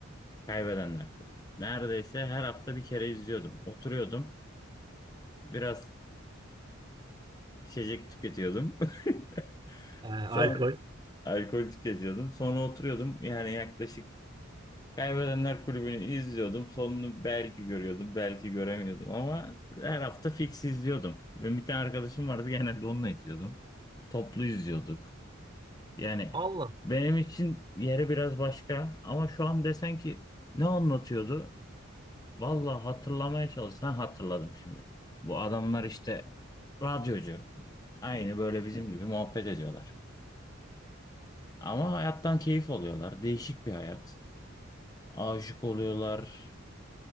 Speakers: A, on the left; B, on the right.
A: Kaybedenler Kulübü. Neredeyse her hafta bir kere izliyordum. Oturuyordum. Biraz içecek tüketiyordum. <laughs>
B: Ee, alkol.
A: Sonra alkol tüketiyordum. Sonra oturuyordum. Yani yaklaşık Kaybedenler Kulübü'nü izliyordum. Sonunu belki görüyordum, belki göremiyordum ama her hafta fix izliyordum. Benim bir tane arkadaşım vardı genelde onunla izliyordum. Toplu izliyorduk. Yani
B: Allah
A: benim için yeri biraz başka ama şu an desen ki ne anlatıyordu? Vallahi hatırlamaya çalışsan hatırladım şimdi. Bu adamlar işte radyocu. Aynı böyle bizim gibi muhabbet ediyorlar. Ama hayattan keyif alıyorlar. Değişik bir hayat. Aşık oluyorlar.